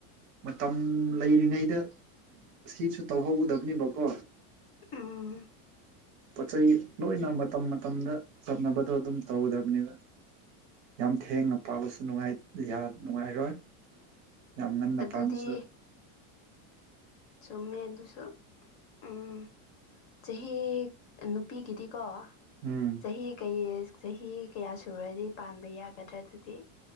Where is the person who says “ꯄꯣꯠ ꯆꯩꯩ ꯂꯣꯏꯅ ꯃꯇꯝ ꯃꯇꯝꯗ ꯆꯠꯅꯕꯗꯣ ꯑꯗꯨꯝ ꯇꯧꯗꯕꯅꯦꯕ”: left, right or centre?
Right